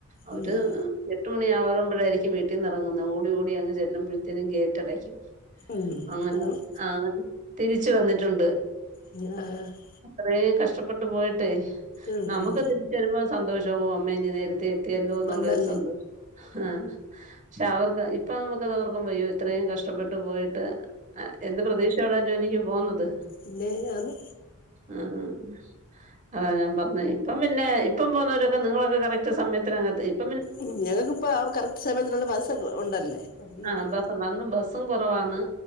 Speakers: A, on the right (about 35°); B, on the left (about 40°).
A: അവര്
B: ഉം ഉം
A: എട്ട് മണി യാകുമ്പഴായിരിക്കും വീട്ടിൽന്ന് ഇറങ്ങുന്നത് ഓടി ഓടി അങ്ങ് ചെല്ലുമ്പഴത്തേനും ഗേറ്റ് അടയ്ക്കും
B: ഉം
A: അങ്ങനെ
B: ആണ്
A: ആഹ് അങ്ങനെ തിരിച്ച് വന്നിട്ടുണ്ട്
B: <unintelligible>
A: അത്രേം കഷ്ടപ്പെട്ട് പോയിട്ടെ
B: ഉം
A: നമുക്
B: ഉം
A: <unintelligible> ചെല്ലോമ്പോ സന്തോഷവും അമ്മേഇങ്ങ് നേരത്തെ എത്തിയല്ലോന്നുള്ളൊരു
B: വന്നല്ലേ
A: സന്തോഷം ആഹ് പക്ഷെ അവർക്ക് ഇപ്പം നമുക്കത് ഓർക്കുമ്പയേ ഇത്രേം കഷ്ടപ്പെട്ട് പോയിട്ട് എന്ത് പ്രതീക്ഷി <unintelligible> ജോലിക്ക് പോകുന്നത്
B: പിന്നെ ആന്ന്
A: ആഹ് ഹ് അതാ ഞാൻ പറഞ്ഞേ ഇപ്പം പിന്നെ ഇപ്പം പോകുന്നോരൊക്കെ നിങ്ങളൊക്കെ കറക്റ്റ് സമയത്തിനങ്ങ് ഇപ്പ്
B: ഉം ഞങ്ങക്കിപ്പോ ആ കറക്റ്റ് സമയത്തിനുള്ള ബസ്സ് ഉണ്ടല്ലേ വണ്ടി കിട്ടി
A: ആ ബസ്സ്ണ്ട് അന്ന് ബസ്സും കുറവാണ്